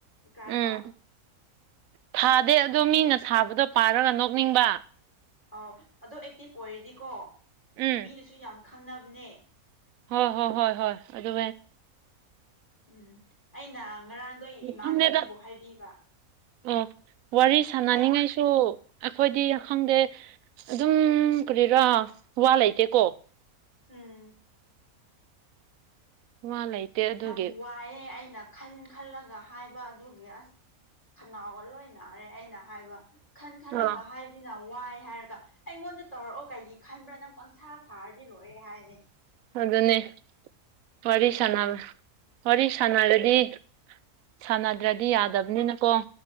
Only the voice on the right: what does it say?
ꯎꯝ ꯊꯥꯗꯦ ꯑꯗꯣ
ꯃꯤꯅ ꯊꯥꯕꯗꯣ ꯄꯥꯔꯒ ꯅꯣꯛꯅꯤꯡꯕ
ꯎꯝ
ꯍꯣꯏ ꯍꯣꯏ ꯍꯣꯏ ꯍꯣꯏ ꯑꯗꯨ
ꯈꯪꯗꯦꯗ
ꯑꯣ ꯋꯥꯔꯤ ꯁꯥꯟꯅꯅꯤꯡꯉꯥꯏꯁꯨ
ꯑꯩꯈꯣꯏꯗꯤ ꯈꯪꯗꯦ ꯑꯗꯨꯝ ꯀꯔꯤꯔꯥ ꯋꯥ ꯂꯩꯇꯦꯀꯣ
ꯋꯥ ꯂꯩꯇꯦ ꯑꯗꯨꯒꯤ
ꯑ
ꯑꯗꯨꯅꯦ ꯋꯥꯔꯤ ꯁꯥꯟꯅꯕ ꯋꯥꯔꯤ ꯁꯥꯟꯅꯔꯗꯤ ꯁꯥꯟꯅꯗ꯭ꯔꯗꯤ ꯌꯥꯗꯕꯅꯤꯅꯀꯣ